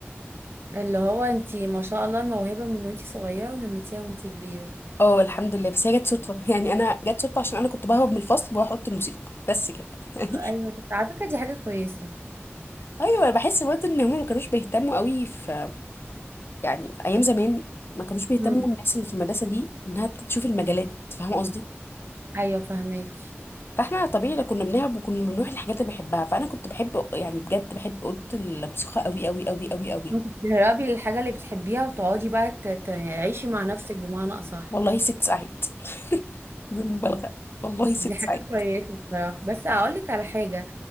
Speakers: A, on the right; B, on the left.
A: اللي هو انتي ما شاء الله الموهبة من وانتي صغيرة ونميتيها وانتي كبيرة
B: اه الحمد لله بس هي جت صدفه <laughs> يعني انا جت صدفه عشان انا كنت بهرب من الفصل واروح اوضه الموسيقى بس كده <laughs> يعني
A: ايوه طب على فكرة دي حاجة كويسة
B: ايوه انا بحس برضه ان هم ما كانوش بيهتموا قوي في يعني في ايام زمان ما كانوش بيهتموا
A: مم.
B: الناس اللي في المدرسه دي انها تشوف المجالات فاهمه قصدي
A: ايوه فهماكي
B: فاحنا طبيعي لو كنا بنلعب وكنا بنروح الحاجات اللي بحبها فانا كنت بحب يعني بجد بحب اوضه الموسيقى قوي قوي قوي قوي قوي
A: انت تهربي للحاجة اللي بتحبيها وتقعدي بقى ت- تعيشي مع نفسك بمعنى أصح
B: والله ست ساعات <laughs> بدون مبالغه والله ست
A: دي حاجة
B: ساعات
A: كويسة بصراحة بس هقولك على حاجة